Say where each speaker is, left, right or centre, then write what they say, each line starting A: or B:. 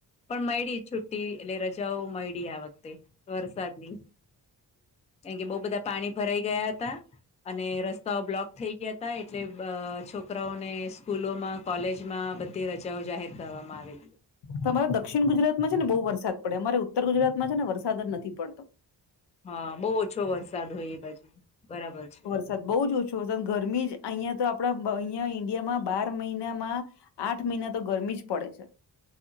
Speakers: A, on the left (about 20°); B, on the left (about 80°).
A: પણ મળડી છુટી એટલે રજાઓ મળડી આ વખ વરસાદની કારમ કે બહ બધા પાણી ભરાઈ ગયા હતા. અને રસ્તાઓ બ્લોક થઈ ગયા હતા એટલે છોકરાઓને સ્કૂલોમાં કોલેજમાં બધી રજાઓ જાહેર કરવામાં આવેલી.
B: તમારો દક્ષિણ ગુજરાતમાં છે ને બહુ વરસાદ પડે અમારે ઉત્તર ગુજરાતમાં છે ને વરસાદ જ નથી પડતો.
A: હા બહુ ઓછો વરસાદ હોય એ બાજુ બરાબર છે.
B: સાદ બહુ જ ઓછું ગરમી જ અહિયાં તો આપડા અહિયાં ઈન્ડિયામાં બાર મહિનામાં આઠ મહિના તો ગરમી જ પડે છે.